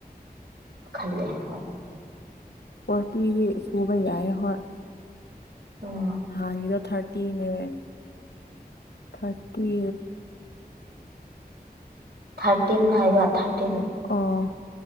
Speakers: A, on the right (about 70°); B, on the left (about 85°).
A: ꯈꯜꯂꯦ ꯍꯣꯏ
B: ꯐꯇꯤꯗꯤ ꯁꯨꯕ ꯌꯥꯏ ꯍꯣꯏ
A: ꯎꯝ
B: ꯍꯗ ꯊꯥꯔꯇꯤꯅꯦ ꯊꯥꯔꯇꯤ
A: ꯊꯥꯔꯇꯤꯟ ꯍꯥꯏꯕ ꯊꯥꯔꯇꯤꯟ
B: ꯑꯣ